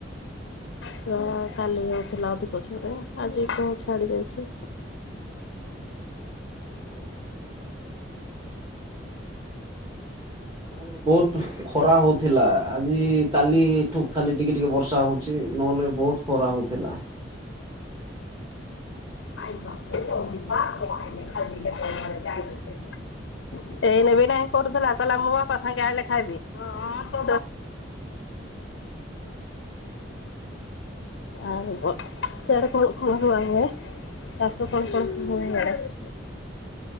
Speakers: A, on the left (about 70°); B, on the right (about 20°).
A: ତ କାଲି ହଉଥିଲା ଅଧିକ ଜୋରରେ ଆଜି କେଉଁ ଛାଡ଼ି ଯାଇଛି।
B: ଓ ଆମର ତ ବହୁତ ଖରା ହଉଥିଲା ଆଜି କାଲିଠୁ ଖାଲି ଟିକେ ଟିକେ ବର୍ଷା ହଉଛି ନହେଲେ ବହୁତ ଖରା ହେଉଥିଲା।
A: <inaudible> ଏଇନେ ବି ନାହିଁ କରୁଥିଲା କହିଲା ମୋ ବାପା ସାଙ୍ଗେ ଆଇଲେ ଖାଇବି। <inaudible> ଆ ସିଆଡେ କଣ କଣ ରୁଆ ହୁଏ? ଚାଷ କଣ କଣ ହୁଏ? <unintelligible>